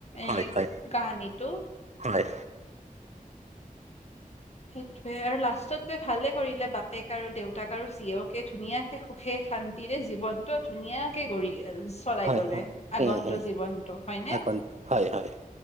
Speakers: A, on the right; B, on the left.
A: হয়
B: এই
A: হয়
B: কাহানীটো।
A: হয়।
B: সেইটোয়ে, আৰু লাষ্টত তাই ভালে কৰিলে, বাপেক আৰু দেউতাক আৰু জীয়েকে ধুনীয়া কে সুখে, শান্তিৰে জীৱনটো ধুনীয়া কে কৰি চলাই
A: হয়
B: গলে,
A: হয়
B: আগন্তু
A: উম উম
B: জীৱনটো হয়নে?
A: আগন হয় হয়